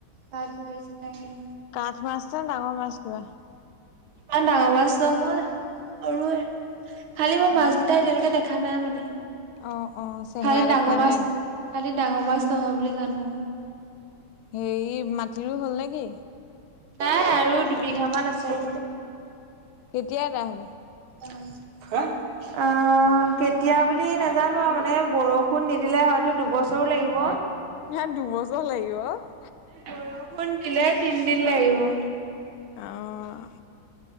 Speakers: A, on the right; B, on the left.
A: তাত ধৰিছিলে হে,
B: কাঠ মাছ নে ডাঙৰ মাছ কিবা?
A: ইমান ডাঙৰ মাছ নহয়। সৰুৱে। খালি মই মাছ
B: অ
A: কেইটা এতিয়ালৈকে দেখ খা নাই মানে।
B: অ অ চেহেৰা
A: খালি
B: দেখা
A: ডাঙৰ মাছ
B: নাই
A: খালি ডাঙৰ মাছ নহয় বুলি জানো।
B: হেৰি মাটি ৰুই হ'ল নে কি?
A: নাই। আৰু দুবিঘামান আছে।
B: কেতিয়া গা হ'ব?
A: উম। হা। অ'। অহ। কেতিয়া বুলি নাজানো মানে। বৰষুণ নিদিলে হয়তো দুবছৰো লাগিব।
B: ইয়াত দুবছৰ লাগিব।
A: বৰষুণ দিলে তিনদিন লাগিব।
B: অহ।